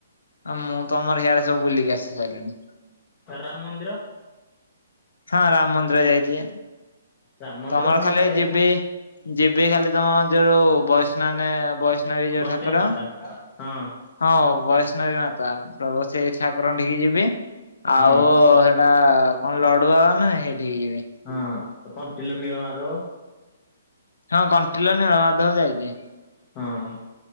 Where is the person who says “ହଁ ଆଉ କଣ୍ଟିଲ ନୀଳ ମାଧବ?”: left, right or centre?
Left